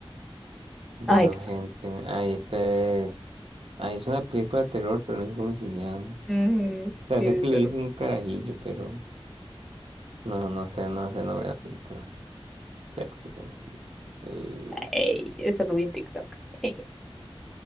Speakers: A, on the right; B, in the centre.
A: Veo
B: Ay, qué
A: gente.
B: fácil.
A: Ah, esta es. Ah, es una película de terror, pero no sé cómo se llama.
B: Mm,
A: sea,
B: sí,
A: sé que le
B: pero-
A: hice un carajillo, pero no, no sé, no sé el nombre de la película. Sexto sentido. Eh,
B: ey, eso lo vi en TikTok. <laughs>